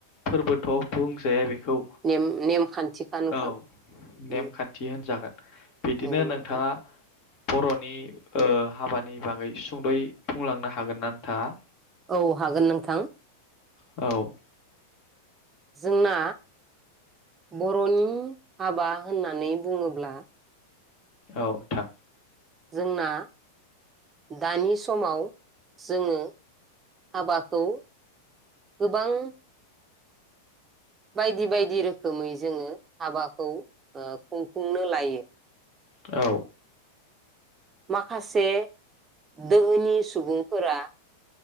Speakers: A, on the left; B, on the right.
A: फोरबोथ' बुंजाया बे खौ
B: नेम नेमखान्थिखा नोंथां
A: औ नेमखान्थि
B: उम
A: होनजागोन बिदिनो
B: औ नोंथां
A: नोंथाङा बर'नि ओ हाबानि बागै सुंद'यै बुंलांनो हागोन ना नोंथाङा?
B: औ हागोन नोंथां।
A: <inaudible> औ।
B: जोंना बर'नि हाबा होनना बुङोब्ला
A: औ नोंथां
B: जोंना दानि समाव जोङो हाबाखौ गोबां बायदि बायदि रोखोमै जोङो हाबाखौ ओ खुं खुंनो लायो
A: औ।
B: माखासे दोहोनि सुबुंफोरा